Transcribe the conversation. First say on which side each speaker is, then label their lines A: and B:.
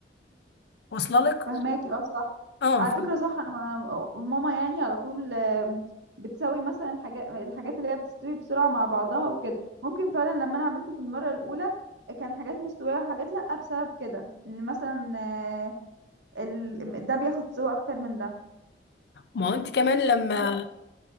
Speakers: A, on the left; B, on the right.
A: واصله لك
B: فهماكي اه صح
A: اه
B: على
A: ف-
B: فكرة صح انا أنا ماما يعني على طول آم، بتسوي مثلا حاجات الحاجات اللي هي بتستوي بسرعة مع بعضها وكده ممكن فعلا لما انا عملته في المرة الاولى كان حاجات مستوية وحاجات لا بسبب كده ان مثلا آه، ال- ده بياخد سوا اكتر من ده
A: ما هو انت كمان لما
B: خلاص